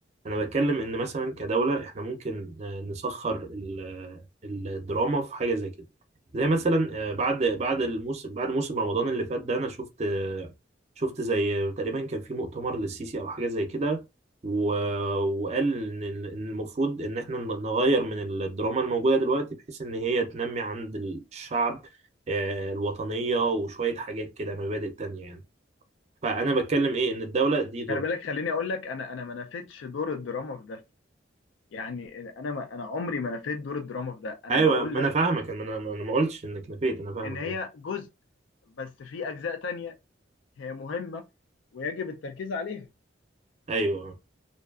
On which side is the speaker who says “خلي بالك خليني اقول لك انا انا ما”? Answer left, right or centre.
Left